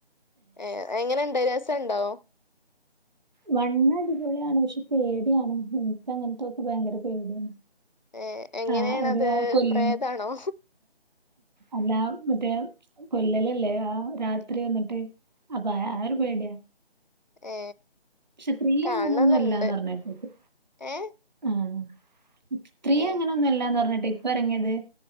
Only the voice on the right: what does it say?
വണ്ണ് അടിപൊളിയാണ് പക്ഷെ പേടിയാണ് ഇൻക് അങ്ങൻത്തോക്കെ ഭയങ്കര പേടിയാണ്.
ആ, ഒരു കൊല്ലും
അല്ലാം മറ്റേ. കൊല്ലലല്ലേ ആ രാത്രി വന്നിട്ട് അപ്പാ ആ ഒരു പേട്യ.
പക്ഷെ ത്രീ
അങ്ങനൊന്നുല്ലാന്ന് പറഞ്ഞേട്ട്
ആഹ്. ത്രീ
അങ്ങനൊന്നുല്ലാന്നറിഞ്ഞേട്ട് ഇപ്പറങ്ങിത്.